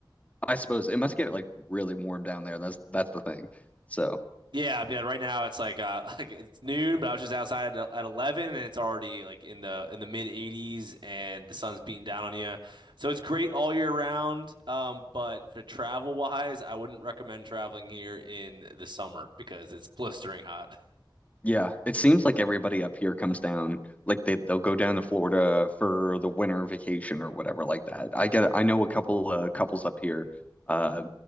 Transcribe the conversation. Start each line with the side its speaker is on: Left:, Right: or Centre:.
Left: I suppose it must get like really warm down there. That's that's the thing. So.
Right: Yeah, I mean, right now it's like uh <laughs> like it's noon, but I was just outside at, at 11 and it's already like in the in the mid 80s and the sun's beating down on you. So it's great all year round, um but for travel wise, I wouldn't recommend traveling here in the summer because it's blistering hot. <laughs>
Left: Yeah, it seems like everybody up here comes down, like they they'll go down to Florida for the winter vacation or whatever like that. I get I know a couple uh, couples up here. Uh,